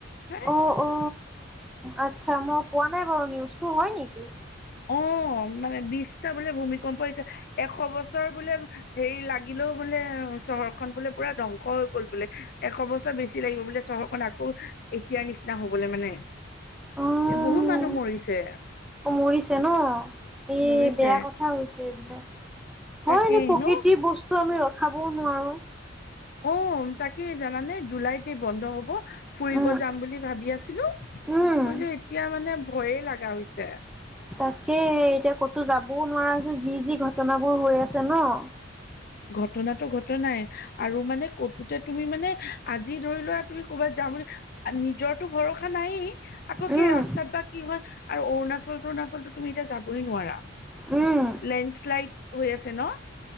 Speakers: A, on the left; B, in the centre.
A: হে
B: অ অ, আচ্ছা মই পোৱা নাই বাৰু নিউজটো, হয় নেকি?
A: অ মানে বিছটা বোলে ভূমিকম্প হৈছে। এশ বছৰ বোলে হেৰি লাগিলেও বোলে চহৰখন বোলে পুৰা ধ্বংস হৈ গল বোলে। এশ বছৰ বেছি লাগিব বোলে চহ ৰ খন আকৌ এতিয়াৰ নিচিনা হবলে মানে।
B: অহ
A: এ বহুত মানুহ মৰিছে।
B: মৰিছে ন', এই
A: মৰিছে
B: বেয়া কথা হৈছে এইবিলাক, হয়
A: তাকেই
B: এনে প্ৰকৃতি
A: ন
B: বস্ তু আমি ৰখাবও নোৱাৰোঁ।
A: অউম, তাকে জানানে জুলাইতে বন্ধ হ'ব ফুৰিব
B: উম
A: যাম বুলি ভাবি আছিলো।
B: উম
A: মই যে এতিয়া মানে ভয়ে লাগ া হৈছে।
B: তাকেই এতিয়া ক'তো যাবও নোৱাৰা হৈছে যি যি ঘটনাবোৰ হৈ আছে ন'!
A: ঘটনাটো ঘটনাই আৰু মানে কতোতে তুমি মানে আজি ধৰি লোৱা তুমি ক'বাত যা তাৰমান নিজৰতো ভৰসা নায়েই আকৌ
B: উম
A: সেই ৰাস্তাত বা কি হয় আৰু অৰুণাচল-চৰুণাচলতো তুমি এতিয়া যাবই নোৱাৰা।
B: উম,
A: লেণ্ডশ্লাইড হৈ আছে ন?